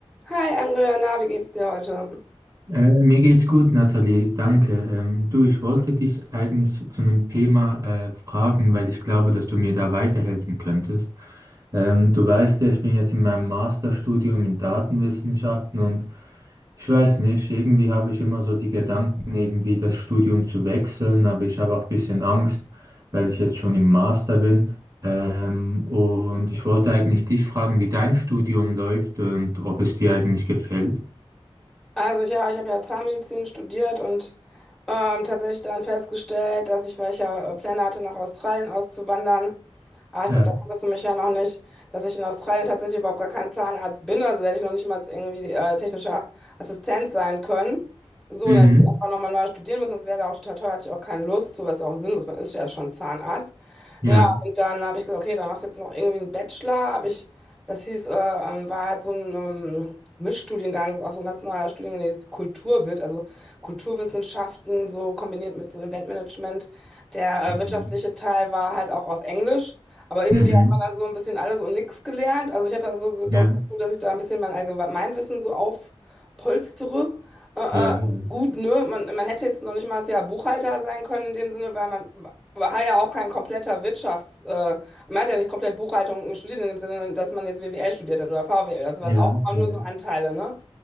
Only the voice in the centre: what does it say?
Hi Andrea, na, wie geht's dir heute?
Also ich, ja, ich habe ja Zahnmedizin studiert und ähm, tatsächlich dann festgestellt, dass ich, weil ich ja äh, Pläne hatte, nach Australien auszuwandern, ah, ich
glaube, da kannst du mich ja noch nicht, dass ich in Australien tatsächlich überhaupt gar kein Zahnarzt bin, also da hätte ich noch nicht mal irgendwie äh, technischer Assistent sein können. So,
dann hätte ich einfach nochmal neu studieren müssen, das wäre da auch total teuer, hatte ich auch keine Lust zu, was ja auch sinnlos, man ist ja schon Zahnarzt.
Ja, und dann habe ich gesagt, okay, dann machst du jetzt noch irgendwie einen Bachelor, habe ich, das hieß, äh, ähm, war halt so ein... ähm, Mischstudiengang, ist auch so ein ganz neuer Studiengang, der jetzt Kultur wird, also Kulturwissenschaften, so kombiniert mit so Eventmanagement. Der
äh, wirtschaftliche Teil war halt auch auf Englisch, aber irgendwie
hat man da so ein bisschen alles und nichts gelernt. Also ich hatte da so das
Gefühl, dass ich da ein bisschen mein Allgemeinwissen so aufpolstere. Äh,
äh, gut, ne? Man, man hätte jetzt noch nicht mal das Jahr Buchhalter sein können in dem Sinne, weil man war ja auch kein kompletter Wirtschaftsmensch. Man hat ja nicht komplett Buchhaltung studiert, in dem Sinne, dass man jetzt WWL studiert hat oder VWL. Das waren
auch immer
nur
so Anteile, ne?